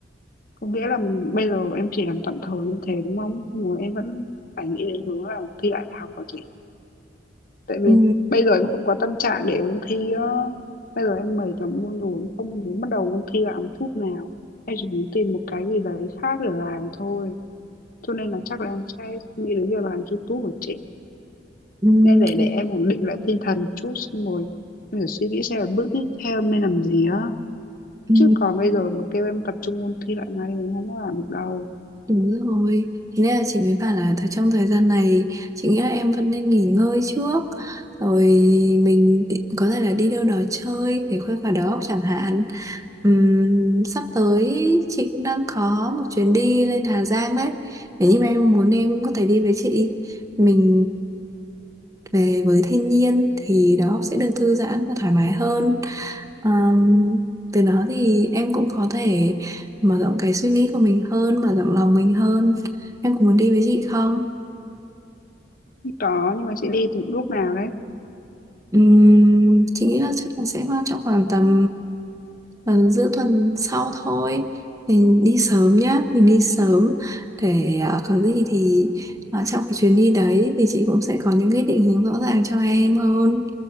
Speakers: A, on the left; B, on the right.
A: có nghĩa là bây giờ em chỉ làm tạm thời như thế đúng không xong rồi em vẫn phải nghĩ đến hướng là thi lại đại học rồi chị tại vì
B: ừ,
A: bây giờ em không có tâm trạng để ôn thi á bây giờ em mệt lắm luôn rồi em không muốn bắt đầu ôn thi lại một chút nào em chỉ muốn tìm một cái gì đấy khác để làm thôi cho nên là chắc là em sẽ nghĩ đến việc làm YouTube của chị
B: ừ,
A: nên để
B: thì,
A: để em ổn định lại tinh thần một chút xong rồi em phải suy nghĩ xem là bước tiếp theo em nên làm gì á
B: ừ,
A: chứ còn bây giờ mà kêu em tập trung ôn thi lại ngay thì em không có làm được đâu
B: đúng rồi thế nên là chị mới bảo là thời trong thời gian này chị nghĩ là em vẫn nên nghỉ ngơi trước rồi mình đi- có thể là đi đâu đó chơi để khuây khỏa đầu óc chẳng hạn Ừm, sắp tới chị cũng đang có một chuyến đi lên Hà Giang đấy nếu như mà em muốn em cũng có thể đi với chị mình về với thiên nhiên thì đầu óc sẽ được thư giãn và thoải mái hơn Ờm, từ đó thì em cũng có thể mở rộng cái suy nghĩ của mình hơn mở rộng lòng mình hơn em có muốn đi với chị không
A: Không có nhưng mà chị đi từ lúc nào đấy
B: Ừm, chị nghĩ là chắc là sẽ vào trong khoảng tầm tầm giữa tuần sau thôi mình đi sớm nhá mình đi sớm để ờ, có gì thì ờ, trong cái chuyến đi đấy thì chị cũng sẽ có những cái định hướng rõ ràng cho em hơn